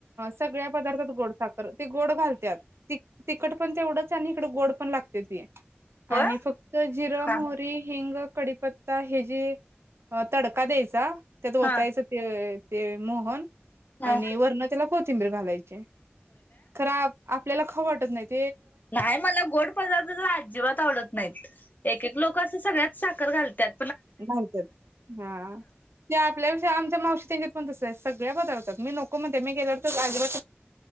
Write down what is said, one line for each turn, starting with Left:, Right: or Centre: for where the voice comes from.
Right: सगळ्या पदार्थात गोड साखर ते गोड घालत्यात. तिक तिक तिखट पण तेवढच आणि इकडं गोड पण लागते ते.
Left: होय
Right: आणि फक्त जिरं,
Left: हा
Right: मोहरी, हिंग कढीपत्ता हे जे अ तडका द्यायचा त्यात ओतायचं
Left: हा
Right: ते ते मोहन
Left: हा
Right: आणि वरन त्याला कोथिंबीर घालायची खरं आपल्याला खाऊ वाटत नाहीत.
Left: नाय मला गोड पदार्थत तर अजिबात आवडत नाहीत एक एक लोक असं सगळ्यात साखर घालत्यात.
Right: घाल तर हा आ त्या आपल्या पेक्षा आमच्या मावशी च्या इथ पण तस ते सगळ्या पदार्थात मि नको म्हणते मि गेल्यावर तर अजवर